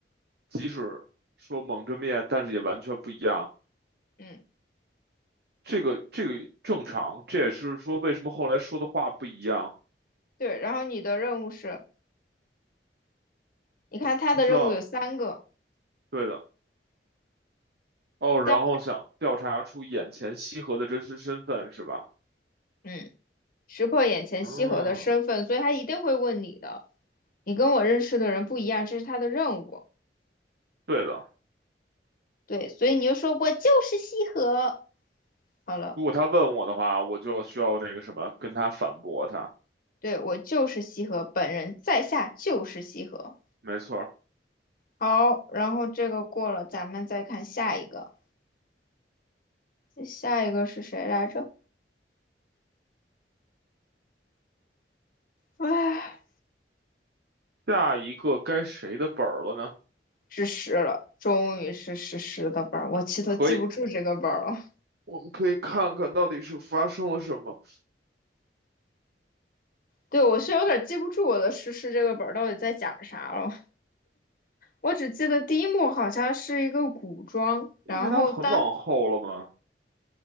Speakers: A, on the right; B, on the left.
A: 即使说蒙着面，但是也完全不一样。
B: 嗯，
A: 这个这个正常，这也是说为什么后来说的话不一样。
B: 对。然后你的任务是，你看他的任务有三个，
A: 他需要，对的，哦，然后想调查出眼前西河的真实身份是吧？
B: 第二，嗯，识破眼前西河的身份，
A: 嗯，
B: 所以他一定会问你的。你跟我认识的人不一样，这是他的任务。
A: 对的。
B: 对，所以你就说我就是西河。好了，
A: 如果他问我的话，我就需要那个什么，跟他反驳他。
B: 对，我就是西河，本人在下就是西河。
A: 没错儿，
B: 好，然后这个过了，咱们再看下一个。下一个是谁来着？哎。
A: 下一个该谁的本儿了呢？
B: 是十了，终于是诗诗的本儿，我其实记不住这个本儿了。
A: 可以，我们可以看看到底是发生了什么，
B: 对，我是有点记不住我的诗诗这个本儿到底在讲啥了。我只记得第一幕好像是一个古装，
A: 因为他很往后了嘛。
B: 然后当